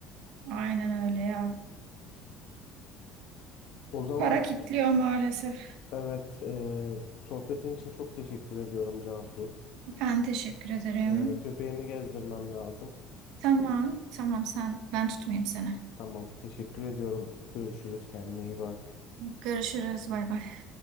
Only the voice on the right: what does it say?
Aynen öyle ya.
Para kitliyor maalesef.
Ben teşekkür ederim.
Tamam, tamam sen ben tutmayayım seni.
Görüşürüz. Bay bay.